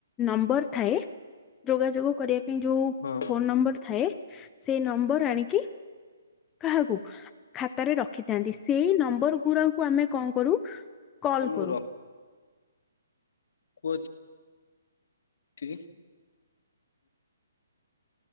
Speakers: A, on the left (about 15°); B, on the left (about 65°).
A: ନମ୍ବର ଥାଏ ଯୋଗାଯୋଗ କରିବା ପାଇଁ ଯୋଉ
B: ହଁ
A: ଫୋନ ନମ୍ବର ଥାଏ। ସେ ନମ୍ବର ଆଣିକି କାହାକୁ ଖାତାରେ ରଖିଥାନ୍ତି ସେଇ ନମ୍ବର ଗୁଡାକୁ ଆମେ କଣ କରୁ
B: ହଉ
A: କଲ
B: ମୁଁ
A: କରୁ।
B: କହୁଛି ଠିକି।